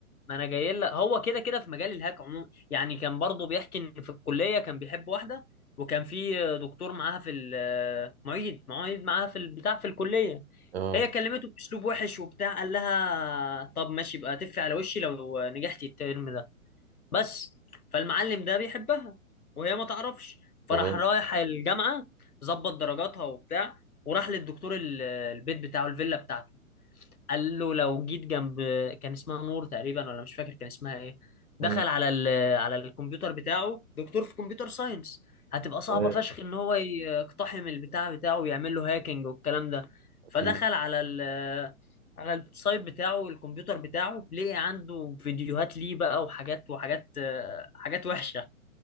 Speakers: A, on the left; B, on the right.
A: ما انا جاي لك هو كده كده في مجال الهاك عموما يعني كان برضه بيحكي ان في الكليه كان بيحب واحده وكان في دكتور معاها في ال- معيد معيد معاها في البتاع في الكليه
B: اه
A: هي كلمته باسلوب وحش وبتاع قال لها طب ماشي يبقى تفي على وشي لو نجحتي الترم ده بس فالمعلم ده بيحبها وهي ما تعرفش فراح
B: تمام
A: رايح الجامعه ظبط درجاتها وبتاع وراح للدكتور ال- البيت بتاعه الفيلا بتاعته قال له لو جيت جنب كان اسمها نور تقريبا ولا مش فاكر كان اسمها ايه دخل
B: امم
A: على ال... على الكمبيوتر بتاعه دكتور في كمبيوتر ساينس هتبقى صعبة
B: تمام
A: فشخ ان هو يقتحم البتاع بتاعه ويعمل له هاكينج والكلام ده
B: اكيد
A: فدخل على ال... على السايت بتاعه الكمبيوتر بتاعه لقي عنده فيديوهات ليه بقى وحاجات وحاجات آه، حاجات وحشة